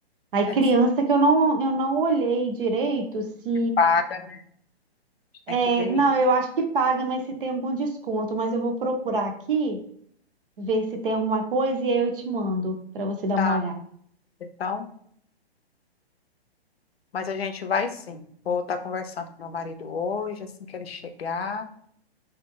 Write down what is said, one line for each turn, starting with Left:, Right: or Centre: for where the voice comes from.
Right: Aí
Left: É,
Right: criança
Left: se
Right: que eu não, eu não olhei direito se...
Left: Paga, a gente tem
Right: É,
Left: que ver. aí.
Right: não, eu acho que paga, mas se tem algum desconto. Mas eu vou procurar aqui, ver se tem alguma coisa e aí eu te mando para você dar
Left: Tá,
Right: uma olhada.
Left: então, mas a gente vai sim. Vou estar conversando com meu marido hoje, assim que ele chegar,